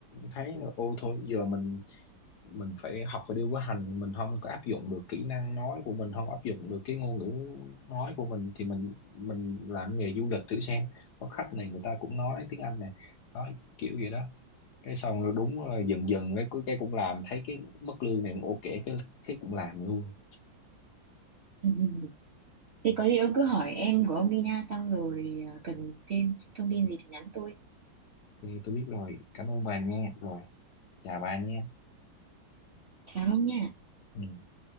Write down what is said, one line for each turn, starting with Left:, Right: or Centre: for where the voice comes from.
Left: thấy là ô thôi giờ mình mình phải học và điều có hành mình không có áp dụng được kỹ năng nói của mình không áp dụng được cái ngôn ngữ nói của mình thì mình mình làm nghề du lịch thử xem có khách này người ta cũng nói tiếng Anh này đó kiểu gì đó cái xong rồi đúng là dần dần cái cái cũng làm thấy cái mức lương này cũng ok cái cái cũng làm luôn
Right: <laughs> thì có gì ông cứ hỏi em của ông đi nha xong rồi à, cần thêm thông tin gì thì nhắn tôi
Left: ok tôi biết rồi cảm ơn bà nha rồi chào bà nha
Right: chào ông nha
Left: ừ.